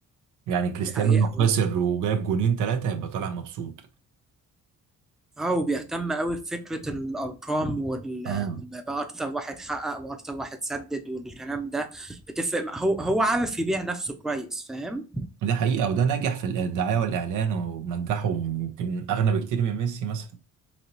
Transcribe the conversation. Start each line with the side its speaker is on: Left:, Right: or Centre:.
Right: يعني كريستيانو
Centre: دي حقيقة
Right: لو خسر وجاب جونين ثلاثة هيبقى طالع مبسوط
Centre: اه وبيهتم قوي بفكرة الأرقام وال...
Right: اه
Centre: وإن بقى أكتر واحد حقق وأكتر واحد سدد والكلام ده بتفرق مع- هو هو عارف يبيع نفسه كويس فاهم؟
Right: دي حقيقة وده ناجح في الدعاية والإعلان ومنجحه يمكن أغنى بكتير من ميسي مثلا